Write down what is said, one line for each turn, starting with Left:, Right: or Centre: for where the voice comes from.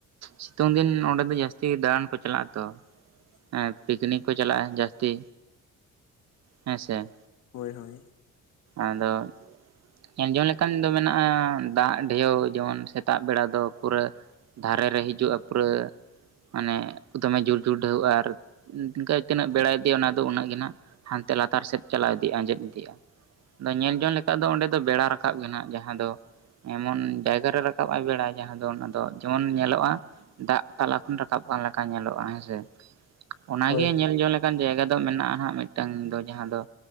Right: ᱥᱤᱛᱩᱝ ᱫᱤᱱ ᱚᱸᱰᱮ ᱫᱚ ᱡᱟᱹᱥᱛᱤ ᱫᱟᱬᱟᱱ ᱠᱚ ᱪᱟᱞᱟᱜ-ᱟ ᱛᱚ᱾ ᱮᱸᱫ ᱯᱤᱡᱱᱤᱠ ᱠᱚ ᱪᱟᱞᱟᱜ-ᱟ ᱡᱟᱹᱥᱛᱤ᱾ ᱦᱮᱸ ᱥᱮ᱾
Left: ᱦᱳᱭ ᱦᱳᱭ᱾
Right: ᱟᱫᱚ ᱧᱮᱞᱡᱚᱝ ᱞᱮᱠᱟᱱ ᱫᱚ ᱢᱮᱱᱟᱜ-ᱟ ᱫᱟᱜ ᱰᱷᱮᱹᱣ ᱡᱮᱢᱚᱱ ᱥᱮᱛᱟᱜ ᱵᱮᱲᱟ ᱫᱚ ᱯᱩᱨᱟᱹ᱾ ᱫᱷᱟᱨᱮ ᱨᱮ ᱦᱤᱡᱩᱜ-ᱟ ᱯᱩᱨᱟᱹ᱾ ᱢᱟᱱᱮ ᱫᱚᱢᱮ ᱡᱳᱨ ᱡᱳᱨ ᱰᱟᱹᱣᱚᱜ-ᱟ ᱟᱨ ᱛᱤᱱᱟᱹᱜ ᱵᱮᱲᱟ ᱤᱫᱤ-ᱟᱭ ᱚᱱᱟ ᱫᱚ ᱩᱱᱟᱹᱜ ᱜᱮ ᱱᱟᱜ ᱦᱟᱱᱛᱮ ᱞᱟᱛᱟᱨ ᱥᱮᱫ ᱪᱟᱞᱟᱣ ᱤᱫᱤᱜ-ᱟ, ᱟᱸᱡᱮᱫ ᱤᱫᱤᱜ-ᱟ᱾ ᱟᱫᱚ ᱧᱮᱞ ᱡᱚᱝ ᱞᱮᱠᱟ ᱫᱚ ᱚᱸᱰᱮ ᱫᱚ ᱵᱮᱲᱟ ᱨᱟᱠᱟᱵ ᱜᱮ ᱱᱟᱜ ᱡᱟᱦᱟᱸ ᱫᱚ ᱮᱢᱚᱱ ᱡᱟᱭᱜᱟ ᱨᱮ ᱨᱟᱠᱟᱵ ᱟᱭ ᱵᱮᱲᱟ ᱡᱟᱦᱟᱸ ᱫᱚ ᱚᱱᱟᱫᱚ ᱡᱮᱢᱚᱱ ᱧᱮᱞᱚᱜ-ᱟ ᱫᱟᱜ ᱛᱟᱞᱟ ᱠᱷᱚᱱ ᱨᱟᱠᱟᱵ ᱠᱟᱱ ᱞᱮᱠᱟ ᱧᱮᱞᱚᱜ-ᱟ ᱦᱮᱸ ᱥᱮ᱾ ᱚᱱᱟᱜᱮ
Left: ᱦᱳᱭ
Right: ᱧᱮᱞᱡᱚᱝ ᱞᱮᱠᱟᱱ ᱡᱟᱭᱜᱟ ᱫᱚ ᱢᱮᱱᱟᱜ-ᱟ ᱦᱟᱸᱜ ᱢᱤᱫᱴᱟᱝ ᱫᱚ ᱡᱟᱦᱟᱸ ᱫᱚ